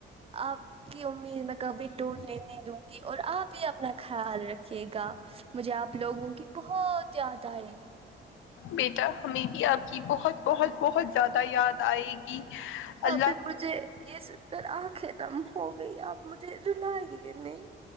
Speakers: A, on the right; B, on the left.
A: آپ کی امید میں کبھی ٹوٹنے نہیں دوں گی اور آپ ہی اپنا خیال رکھ رکھ گا مجھے آپ لوگوں کی بہت یاد آئے گی
B: بیٹا ہمیں بھی آپ کی بہت بہت بہت زیادہ یاد آئے گی اللہ
A: ابھی مجھے یہ سن کر آنکھیں دم ہو گئی آپ مجھے دلائی گے نہیں